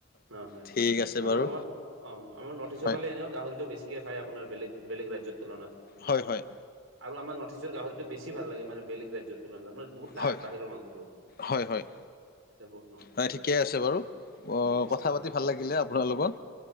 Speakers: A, on the right; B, on the left.
A: অ', হয়
B: ঠিক আছে
A: আৰু
B: বাৰু
A: আমাৰ অ', আমাৰ নৰ্থ ইষ্টৰ
B: হয়
A: ফালে এনেও গাহৰিটো বেছি ঠিকে খাই আপোনাৰ বেলেগ - বেলেগ ৰাজ্যৰ তুলনাত।
B: হয় হয়
A: আৰু আমাৰ নৰ্থ ইষ্টৰ গাহৰিটো বেছি ভাল লাগে মানে বেলেগ ৰাজ্যৰ তুলনাত আ বহুত ডাঠ
B: হয়,
A: বাহিৰৰ মাংসটো।
B: হয়, হয়,
A: ইয়াতে বহুত নৰম
B: হয় ঠিকে আছে বাৰু। অ,
A: ঠিক আছে
B: কথা পাতি ভাল লাগিলে আপোনাৰ লগত।